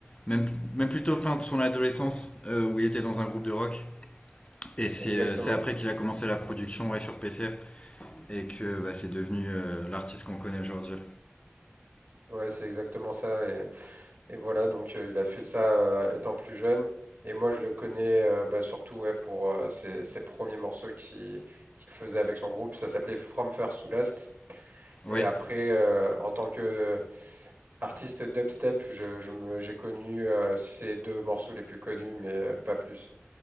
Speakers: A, on the left (about 25°); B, on the right (about 45°).
A: Même, même plutôt fin de son adolescence, euh, où il était dans un groupe de rock. Et c'est
B: Exactement.
A: euh, c'est après qu'il a commencé la production ouais, sur PC et que bah, c'est devenu euh, l'artiste qu'on connaît aujourd'hui.
B: Ouais, c'est exactement ça. Et, et voilà, donc euh, il a fait ça euh, étant plus jeune. Et moi, je le connais euh, bah, surtout ouais, pour euh, ses, ses premiers morceaux qui- qu'il faisait avec son groupe. Ça s'appelait From First to Last.
A: Oui,
B: Et après, euh, en tant que euh, artiste dubstep, je, je me, j'ai connu euh, ces deux morceaux les plus connus, mais euh, pas plus.